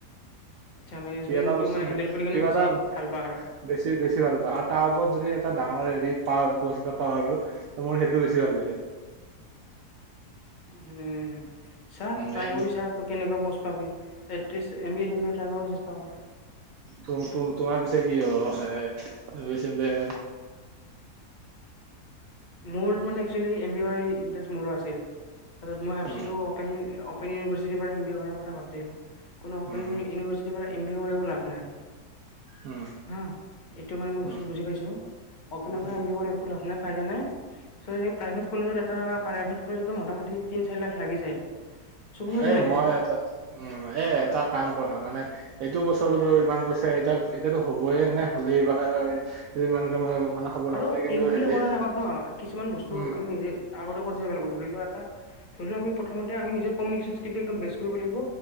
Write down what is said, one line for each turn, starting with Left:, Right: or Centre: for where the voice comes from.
Left: আচ্ছা মেনেজমেণ্টটো
Right: সি এটা বস্তু
Left: মানে হেণ্ডেল কৰি কিনে
Right: কিবা
Left: বেছি
Right: এটা
Left: ভাল পোৱা আৰু।
Right: বেছি বেছি ভাল পা আৰু তাৰ ওপৰত যদি এটা ডাঙৰ হেৰি পাৰ পচ এটা পা আৰু ত মোৰ সেইটো বেছি ভাল লাগে
Left: উম চা
Right: উম
Left: ট্ৰাই
Right: এম
Left: কৰি চা তই কেনেকা পষ্ট পাবি এটলিষ্ট <unintelligible>
Right: ত ত তোমাৰ পিছে কি হব অ এ
Left: <unintelligible> অপেন ইউনিভাৰ্চিটিৰ পৰা এম বি এ কৰাৰ
Right: উম
Left: কথা ভাবছিলোঁ কোনো অপেন ইউনিভাৰ্চিটিৰ পৰা এম বি
Right: উম
Left: এ কৰিও লাভ নাই
Right: উম
Left: হা এইটো মানে মই
Right: উম
Left: বস্তুটো বুজি পাইছো অপেন ৰ পৰা
Right: উম
Left: এনেকে কৰি একো লাভ নাই ফাইডা নাই ছোৱালীজনী প্ৰাইভেট কলেজত এটা প্ৰাইভেট কলেজতো মোটামুটি তিন চাৰি লাখ লাগি যায় চকু মুজি
Right: এ
Left: লাগি
Right: মই
Left: যায়
Right: এটা উ এ এটা কাম কৰা মানে এইটো বছৰতৰতোতো ইমান পইচা এতিয়া এতিয়াতো হবয়ে নে হ'লেই বা যে ইমান যে মানে খবৰ ৰখা
Left: আৰু
Right: নাই কিন্তু
Left: এম বি
Right: হেৰি
Left: এ কৰাৰ আগত নহ কিছুমান বস্তু
Right: উম
Left: আমি নিজে আগতে কৰি থিব লাগিব ধৰি লোৱা এটা ধৰি লোৱা আমি প্ৰথমতে আমি কমিউনিকশ্বন স্কীল টো একদম বেষ্ট কৰিব লাগিব